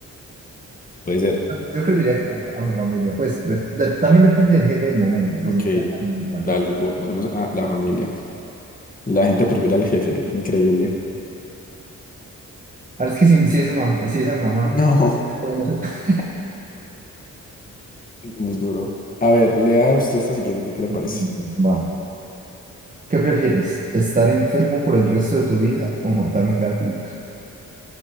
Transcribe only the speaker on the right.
Yo creo que diría que no, a mi familia, pues pre- de- también depende del jefe del momento, pues
el que- vale.
Ahora es que si, si es mam- si es a mi mamá,
ya no sé. <laughs>
La
siguiente. Va. ¿Qué prefieres? ¿Estar enfermo por el resto de tu vida o matar un gatito?